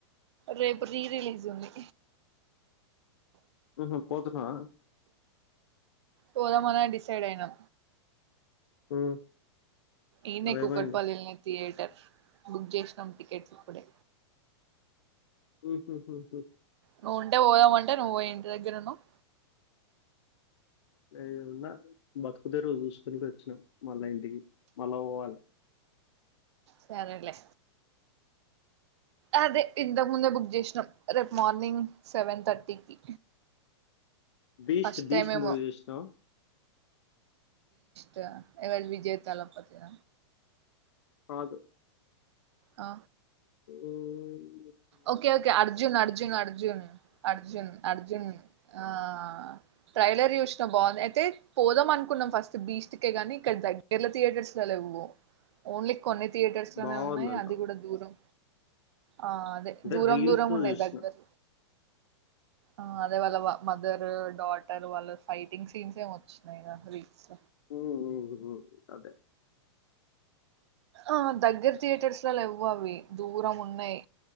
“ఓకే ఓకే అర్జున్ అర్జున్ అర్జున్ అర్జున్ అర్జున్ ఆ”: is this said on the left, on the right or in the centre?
Right